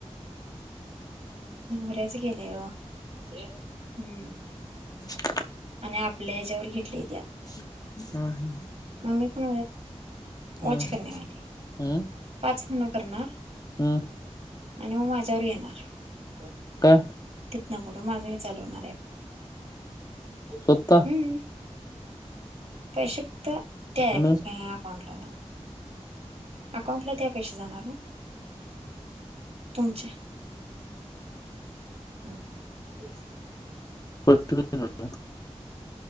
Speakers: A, on the right; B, on the left.
A: नवऱ्याचं केलंय ओ. हम्म.
B: <inaudible>
A: आणि आपल्या याच्यावर घेतली
B: हम हम
A: मी पण
B: हम
A: वॉच करण्यावाली
B: हम
A: पाच फोन करणार
B: हम्म
A: आणि मग माझ्यावर येणार <unintelligible>
B: काय
A: तिथन पुढ माझही चालु होणार आहे <unintelligible>
B: स्वतः
A: हम्म पैशे ते <unintelligible>
B: आणि
A: अकाउंट अकाउंटला त्या पैसे जाणार ना तुमच्या हम्
B: <unintelligible>